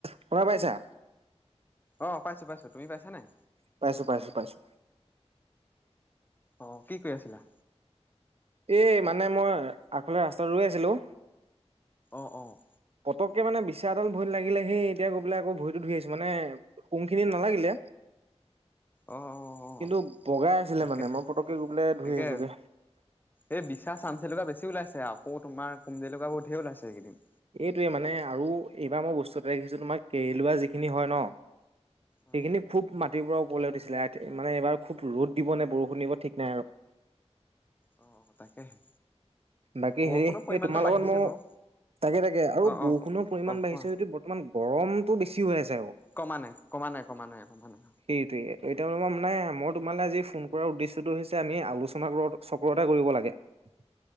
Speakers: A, on the right; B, on the left.
A: শুনা পাইছা?
B: অ পাইছো, পাইছো তুমি পাইছা নাই?
A: পাইছোঁ, পাইছোঁ, পাইছোঁ।
B: অ', কি কৰি আছিলা?
A: এ মানে মই আগফাল ৰাস্তাত ৰৈ আছিলো।
B: অ', অ'।
A: পকে মানে বিশচাএডাল ভৰিত লাগিলে, সেই এতিয়া গৈ পেলাই আকৌ ভৰিতটো ধুই আহিছো। মানে শুং খিনি নালাগিলে।
B: অ অ অ
A: কিন্তু বগাই আছিলে
B: তাকেহে
A: মানে মই পতককে গৈ পলৈ ধুই
B: তাকে
A: আহিলোগে।
B: এই বিশা চানচেলুকা বেছি ওলাইছে। আকৌ তোমাৰ কুম জেলুকা বোৰ ধেই ওলাইছে এইকেইদিন।
A: এইটোৱে মানে আৰু এইবাৰ মই বস্তু এটা দেখিছোঁ, তোমাৰ কেৰেলোৱা যিখিনি হয় ন
B: অ
A: পিকনিক খুব মা তি পৰা ওপৰলৈ দিছিলে এয়াত মানে, এবাৰ খুব ৰ'দ দিব নে বৰষুণ দিব ঠিক নাই আৰু।
B: অ', অ', তাকেহে।
A: বাকী
B: বৰষুণৰ
A: হেৰি,
B: পৰিমাণটো
A: এই তোমাৰ লগত
B: বাঢ়িছে
A: মো
B: বাৰু
A: তাকে, তাকে, আৰু
B: অ
A: বৰষুণৰ
B: অ
A: পৰিমাণ
B: অ
A: বাঢ়িছে
B: কোৱা
A: যদিও বৰ্তমান গৰমতটো বেছি হৈ আছ ত,
B: কমা নাই কমা নাই কমা নাই কমা নাই
A: সেইটোৱেই, এতিয়া তামানে মই তোমালৈ আজি ফোন কৰাৰ উদ্দেশ্যটো হৈছে আমি আলোচনা চক্ৰতে কৰিব লাগে <unintelligible>